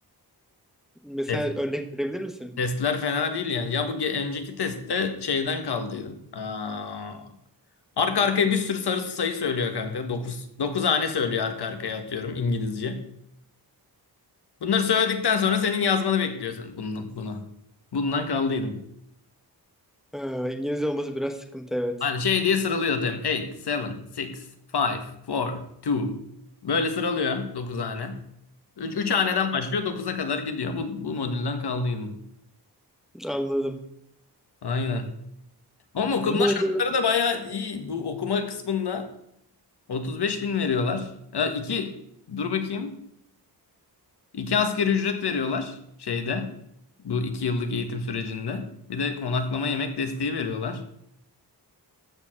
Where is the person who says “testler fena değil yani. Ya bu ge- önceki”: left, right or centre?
Left